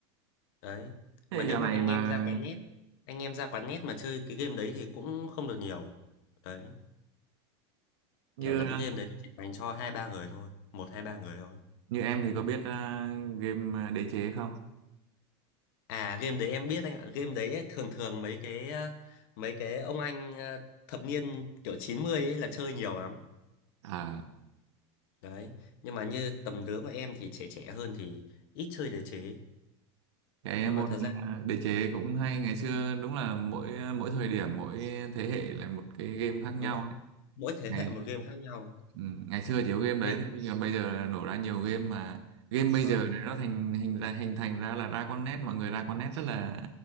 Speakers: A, on the left; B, on the right.
A: đấy
B: thế
A: mà nếu
B: dạo
A: mà
B: này
A: anh
B: mà
A: em ra quán net anh em ra quán net mà chơi cái game đấy thì cũng không được nhiều đấy
B: như
A: kiểu là cái game đấy chỉ dành cho hai ba người thôi một hai ba người thôi
B: như em thì có biết ờ, game ờ, đế chế không
A: à game đấy em biết anh ạ game đấy ấy, thường thường mấy cái ờ, mấy cái ông anh ờ, thập niên kiểu 90 ấy là chơi nhiều lắm
B: à
A: đấy nhưng mà như tầm lứa của em thì trẻ trẻ hơn thì ít chơi đề chế
B: cái
A: nhưng
B: môn
A: mà thật ra
B: ờ, đế chế cũng hay ngày xưa đúng là mỗi ờ, mỗi thời điểm mỗi thế hệ là một cái game khác nhau
A: đúng rồi
B: ấy.
A: mỗi thế
B: Ngày
A: hệ một game khác nhau
B: Ừ, ngày xưa chỉ có game đấy
A: nhưng
B: thế bây giờ bây giờ là nổ ra nhiều game mà game bây
A: vâng
B: giờ này nó thành hình ra hình thành ra là ra con nét mọi người ra con nét rất là